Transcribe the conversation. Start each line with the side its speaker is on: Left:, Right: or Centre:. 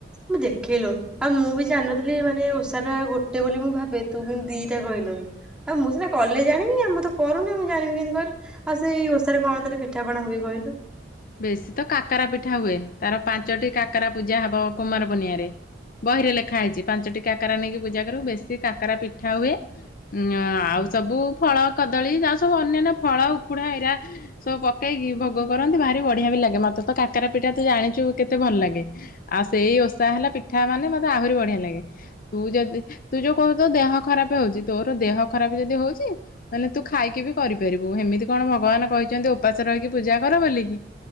Centre: ମୁଁ ଦେଖେ ଲୋ। ଆଉ ମୁଁ ବି ଜାଣନଥିଲି ମାନେ ଓଷା ଟା ଗୋଟେ ବୋଲି ମୁଁ ଭାବେ ତୁ କିନ୍ତୁ ଦିଟା କହିଲୁଣି। ଆଉ ମୁଁ ସିନା କଲେ ଜାଣିବି। ଆଉ ମୁଁ ତ କରୁନି ମୁଁ ଜାଣିବି କେମିତି କହିଲୁ? ଆଉ ସେଇ ଓଷାରେ କଣ ତାହେଲେ ପିଠାପଣା ହୁଏ କହିଲୁ?
Left: ବେଶୀ ତ କାକରା ପିଠା ହୁଏ। ତାର ପାଞ୍ଚଟି କାକରା ପୂଜା ହବ କୁମାର ପୂର୍ଣ୍ଣିମାରେ। ବହିରେ ଲେଖା ହେଇଛି ପାଞ୍ଚଟି କାକରା ନେଇକି ପୂଜା କରିବୁ, ବେଶୀ କାକରା ପିଠା ହୁଏ। ଉଁ ଆଉ ସବୁ ଫଳ, କଦଳୀ ଯା ସବୁ ଅନ୍ୟାନ୍ୟ ଫଳ ଉକୁଡା ଏରା ସବୁ ପକେଇକି ଭୋଗ କରନ୍ତି। ଭାରି ବଢିଆ ବି ଲାଗେ। ମତେ ତ କାକାର ପିଠା ତୁ ଜାଣିଛୁ କେତେ ଭଲ ଲାଗେ, ଆଉ ସେଇ ଓଷା ହେଲା ପିଠା ମାନେ ମୋତେ ଆହୁରି ବଢ଼ିଆ ଲାଗେ। ତୁ ଯଦି ତୁ ଯୋଉ କହୁ ତ ଦେହ ଖରାପ ହଉଛି, ତୋର ଦେହ ଖରାପ ଯଦି ହଉଛି ତାହେଲେ ତୁ ଖାଇକି ବି କରିପାରିବୁ। ହେମିତି କଣ ଭଗବାନ କହିଛନ୍ତି ଉପାସ ରହିକି ପୂଜା କର ବୋଲିକି।